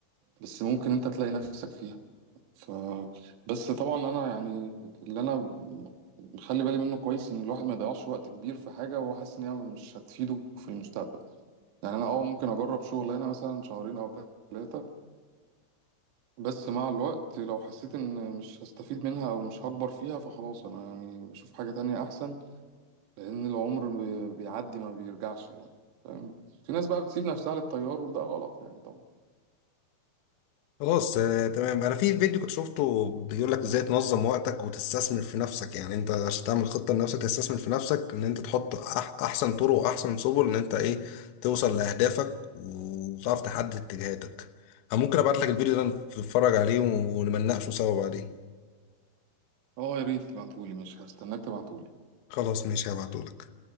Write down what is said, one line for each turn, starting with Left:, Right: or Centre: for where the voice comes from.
Right: بس ممكن انت تلاقي نفسك فيها ف بس طبعا انا يعني اللي انا مخلي بالي منه كويس ان الواحد ما يضيعش وقت كبير في حاجه وهو حاسس ان هي مش هتفيده في المستقبل يعني انا اه ممكن اجرب شغلانه مثلا شهرين او ثلاثه بس مع الوقت لو حسيت ان مش هستفيد منها او مش هكبر فيها فخلاص انا يعني بشوف حاجه تانية احسن لان العمر بي- بيعدي ما بيرجعش يعني فاهم في ناس بقى بتسيب نفسها للتيار وده غلط يعني طبعا
Left: خلاص آه، تمام انا في فيديو كنت شفته بيقول لك ازاي تنظم وقتك وتستثمر في نفسك يعني انت عشان تعمل خطة لنفسك تستثمر في نفسك ان انت تحط أح احسن طرق واحسن سبل ان انت ايه توصل لاهدافك وتعرف تحدد اتجاهاتك انا ممكن ابعت لك الفيديو ده نتفرج عليه ونمناقشه سوا بعدين
Right: اه يا ريت تبعتولي مش هستناك تبعتولي
Left: خلاص ماشي هبعته لك